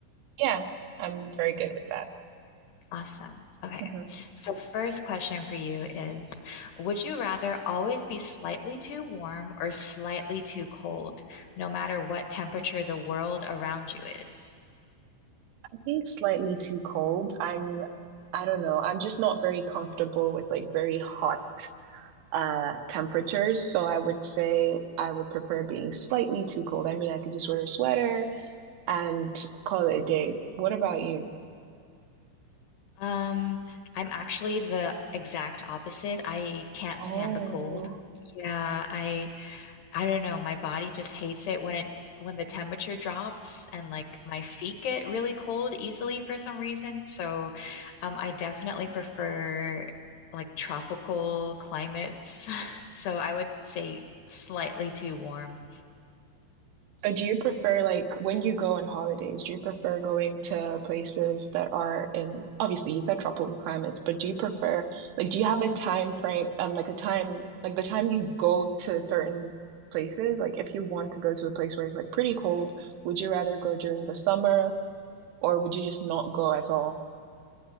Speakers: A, on the right; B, on the left.
A: Yeah, I'm very good with that.
B: Awesome. Okay.
A: hmm
B: So first question for you is, would you rather always be slightly too warm or slightly too cold, no matter what temperature the world around you is?
A: I think slightly too cold. I'm, I don't know. I'm just not very comfortable with like very hot uh temperatures. So I would say I would prefer being slightly too cold. I mean, I could just wear a sweater and call it a day. What about you?
B: Um, I'm actually the exact opposite. I can't
A: Oh.
B: stand the cold. Yeah, I I don't know. My body just hates it when it when the temperature drops and like my feet get really cold easily for some reason. So, um, I definitely prefer like tropical climates. <laughs> So I would say slightly too warm.
A: So do you prefer like when you go on holidays, do you prefer going to places that are in obviously you said tropical climates, but do you prefer like do you have a time frame um like a time like the time you go to certain places, like if you want to go to a place where it's like pretty cold, would you rather go during the summer or would you just not go at all?